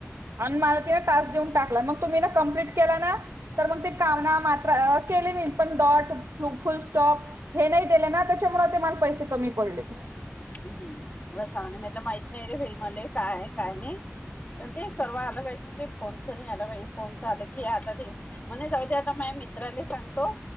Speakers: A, on the right; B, on the left.
A: आणि मला तिने टास्क देऊन टाकला. मग तुम्ही ना कंप्लिट केल ना तर म ते काना मात्र केले मी पण डॉट फुल स्टॉप हे नाही दिले ना त्याच्यामुळे ते मला पैसे कमी पडले ते.
B: हम्म एवढं सांग म्हला माहित नाही रे भाई मले काय काय नाही ते सर्व आलं पाहिजे ते फोनच नाही आला पाहिजे फोनच आलं की हे आता ते म्हणे जाऊ दे आता माझ मित्राला सांगतो